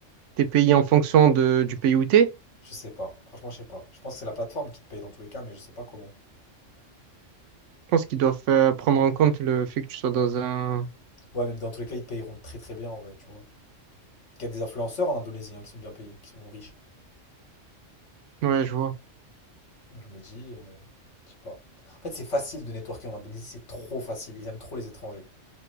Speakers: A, on the right; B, on the left.
A: t'es payé en fonction de, du pays où t'es,
B: je sais pas. Franchement, je sais pas. Je pense que c'est la plateforme qui te paye dans tous les cas, mais je sais pas comment.
A: je pense qu'ils doivent euh, prendre en compte le fait que tu sois dans un...
B: Ouais, même dans tous les cas, ils te payeront très très bien en vrai, tu vois. Il y a des influenceurs en Indonésie hein, qui sont bien payés, qui sont riches.
A: Ouais, je vois.
B: Donc je me dis, euh, je sais pas. En fait, c'est facile de networker en Indonésie, c'est trop facile. Ils aiment trop les étrangers.